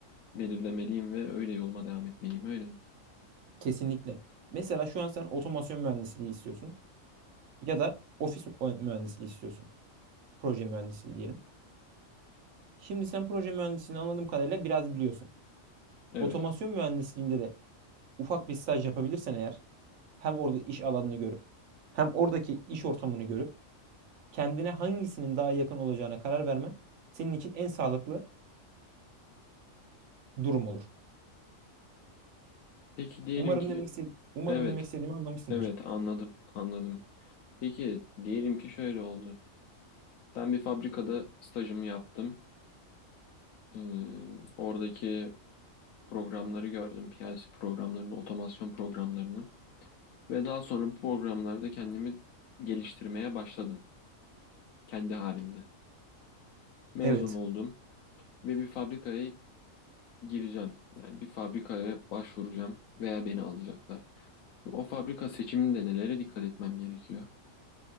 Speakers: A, on the left; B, on the right.
A: belirlemeliyim ve öyle yoluma devam etmeliyim öyle mi?
B: Kesinlikle. Mesela şu an sen otomasyon mühendisliği istiyorsun ya da ofis mühendisliği istiyorsun. Proje mühendisliği diyelim. Şimdi sen proje mühendisliğini anladığım kadarıyla biraz biliyorsun.
A: Evet.
B: Otomasyon mühendisliğinde de ufak bir staj yapabilirsen eğer hem orada iş alanını görüp hem oradaki iş ortamını görüp kendine hangisinin daha yakın olacağına karar vermen senin için en sağlıklı durum olur.
A: Peki diyelim
B: Umarım
A: ki
B: demek istedi- umarım
A: evet
B: demek istediğimi anlamışsındır.
A: evet anladım anladım. Peki diyelim ki şöyle oldu. Ben bir fabrikada stajımı yaptım. Ee, oradaki programları gördüm. PLC programlarını, otomasyon programlarını ve daha sonra bu programlarda kendimi geliştirmeye başladım kendi halimde. Mezun
B: Evet.
A: oldum. ve bir fabrikaya gireceğim. Yani bir fabrikaya başvuracağım veya beni alacaklar. Şimdi o fabrika seçiminde nelere dikkat etmem gerekiyor?